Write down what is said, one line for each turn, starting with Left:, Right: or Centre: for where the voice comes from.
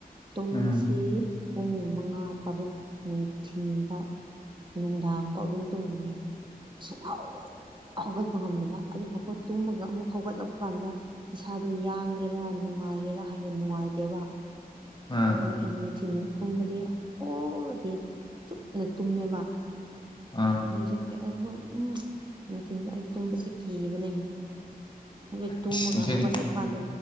Right: ꯇꯨꯝꯕꯁꯤ
Left: ꯎꯝ
Right: ꯄꯨꯡ ꯃꯉꯥ ꯇꯔꯨꯛ ꯅꯨꯡꯊꯤꯟꯐꯥꯎ ꯅꯨꯡꯗꯥꯡ ꯐꯥꯎ ꯑꯗꯨꯝ ꯇꯨꯝꯕꯅꯤ ꯁꯨꯛꯍꯧ ꯍꯧꯒꯠꯄ ꯉꯝꯗꯕ ꯑꯗꯨꯒꯐꯥꯎꯕꯣ ꯇꯨꯝꯃꯒ ꯑꯃꯨꯛ ꯍꯧꯒꯠꯂꯛꯄ ꯀꯥꯟꯗ ꯏꯁꯥꯗꯣ ꯌꯥꯡꯒꯦꯔꯥ ꯅꯨꯡꯉꯥꯏꯒꯦꯔꯥ ꯍꯥꯏꯔꯒ ꯅꯨꯡꯉꯥꯏꯇꯦꯕ
Left: ꯑꯥ
Right: ꯑꯗꯨꯒ ꯑꯩ ꯅꯨꯡꯊꯤꯟ ꯇꯨꯝꯕꯗꯤ ꯍꯣꯜꯗꯦ ꯆꯨꯞꯅ ꯇꯨꯝꯃꯦꯕ
Left: ꯑꯥ
Right: ꯍꯧꯖꯤꯛꯇꯤ ꯑꯗꯨꯝ ꯎꯝ ꯅꯨꯡꯊꯤꯟꯗ ꯑꯩ ꯇꯨꯝꯕꯁꯦ ꯀꯤꯕꯅꯦ ꯑꯗꯨ ꯇꯨꯝꯃꯒ
Left: ꯅꯨꯡꯊꯤꯜ
Right: ꯍꯧꯒꯠꯂꯛꯄ ꯀꯥꯟꯗ